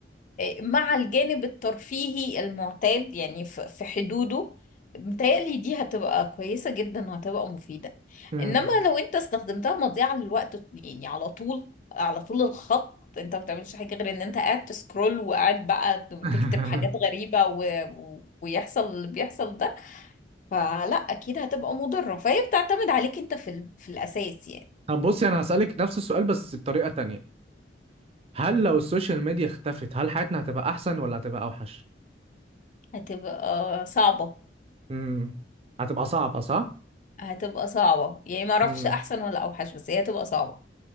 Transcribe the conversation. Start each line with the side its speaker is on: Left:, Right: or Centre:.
Left: مع الجانب الترفيهي المعتاد يعني ف- في حدوده متهيألي دي هتبقى كويسة جدا وهتبقى مفيدة
Right: امم
Left: إنما لو أنت استخدمتها مضيعة للوقت يعني على طول على طول الخط أنت ما بتعملش حاجة غير إن أنت قاعد تسكرول وقاعد بقى
Right: <laughs>
Left: تكتب حاجات غريبة و... و- ويحصل اللي بيحصل ده فلا أكيد هتبقى مضرة فهي بتعتمد عليك أنت في ال... في الأساس يعني
Right: طب بصي انا هسألك نفس السؤال بس بطريقة تانية هل لو السوشيال ميديا اختفت هل حياتنا هتبقى احسن ولا هتبقى اوحش
Left: هتبقى صعبة
Right: امم هتبقى صعبة صح
Left: هتبقى صعبة يعني ما أعرفش
Right: امم
Left: أحسن ولا أوحش بس هي هتبقى صعبة